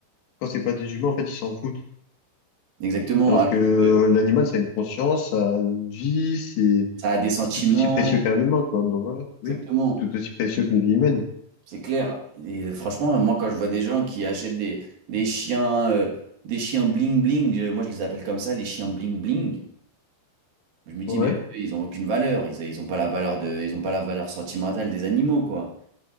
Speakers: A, on the left; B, on the right.
A: quand c'est pas des humains, en fait, ils s'en foutent.
B: exactement.
A: Alors
B: Alors
A: que euh,
B: que
A: l'animal, ça a une conscience, ça a une vie, c'est
B: ça a des sentiments,
A: c'est tout aussi précieux qu'un humain, quoi. Bon, voilà,
B: exactement.
A: oui, c'est tout aussi précieux qu'une vie humaine.
B: C'est clair. Et franchement, moi quand je vois des gens qui achètent des, des chiens euh, des chiens bling bling, je- moi je les appelle comme ça, les chiens bling bling. Je me dis
A: Ouais,
B: mais eux, ils ont aucune valeur, ils, ils ont pas la valeur de ils ont pas la valeur sentimentale des animaux quoi.